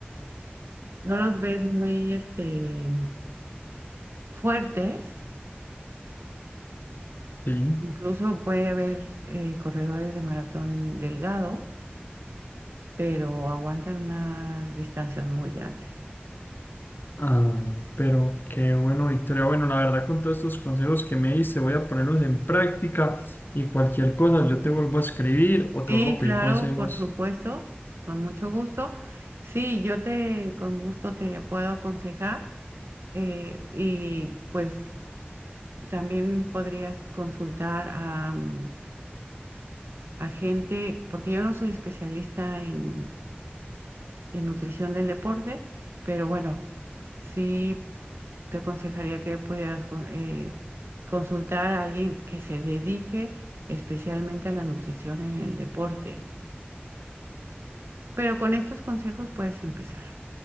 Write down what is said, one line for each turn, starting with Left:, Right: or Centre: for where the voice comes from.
Right: no los ves muy este, fuertes,
Left: sí.
Right: incluso puede haber eh, corredores de maratón delgados, pero aguantan unas distancias muy grandes.
Left: Ah, pero qué bueno, Victoria. Bueno, la verdad, con todos estos consejos que me diste, voy a ponerlos en práctica y cualquier cosa, yo te vuelvo a escribir o te
Right: Sí,
Left: vuelvo
Right: claro,
Left: a pedir consejos.
Right: por supuesto, con mucho gusto. Sí, yo te, con gusto te puedo aconsejar eh, y pues también podrías consultar a, mm, a gente, porque yo no soy especialista en en nutrición del deporte, pero bueno, sí te aconsejaría que pudieras con- eh, consultar a alguien que se dedique especialmente a la nutrición en el deporte. Pero con estos consejos puedes empezar.